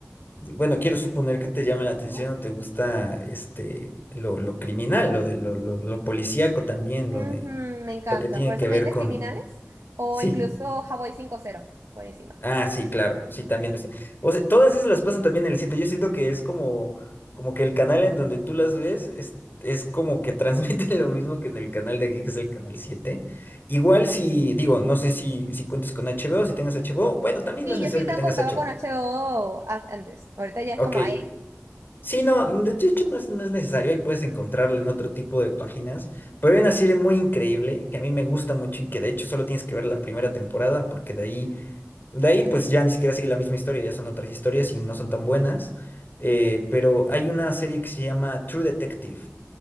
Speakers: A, on the left (about 45°); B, on the right (about 85°).
A: bueno, quiero suponer que te llama la atención
B: ¿no?
A: o te gusta este lo, lo criminal, lo de lo, lo, lo policíaco también, lo
B: Ujú,
A: de
B: me encanta.
A: lo que tiene
B: Por eso
A: que
B: Mentes
A: ver con,
B: Criminales o
A: sí.
B: incluso Hawaii cinco cero Buenísima.
A: Ah, sí, claro, sí, también está. O sea, todas esas las pasan también en el 7. Yo siento que es como, como que el canal en donde tú las ves es, es como que transmiten <laughs> lo mismo que en el canal de aquí, que es el canal 7. Igual si, digo, no sé si, si cuentes con HBO, si tengas HBO, bueno, también
B: Sí,
A: no es necesario
B: yo sí te
A: que tengas
B: contaba
A: HBO.
B: con HBO a- antes. Ahorita ya
A: Ok.
B: es como ahí.
A: Sí, no, de hecho no es, no es necesario, ahí puedes encontrarla en otro tipo de páginas, pero hay una serie muy increíble que a mí me gusta mucho y que de hecho solo tienes que ver la primera temporada porque de ahí de ahí, pues ya ni siquiera sigue la misma historia, ya son otras historias y no son tan buenas. Eh,
B: Ujú.
A: pero hay una serie que se llama True Detective.